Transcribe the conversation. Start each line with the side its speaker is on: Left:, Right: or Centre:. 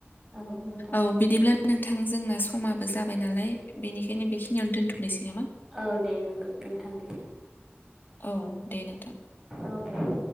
Right: औ नोंथां
Left: औ बिदिब्ला नोंथां जोंना समाबो जाबाय नालाय। बेनिखायनो बेखिनि दोनथ'नोसै नामा?
Right: औ दे नंगौ नोंथां दे
Left: औ दे नोंथां
Right: औ दे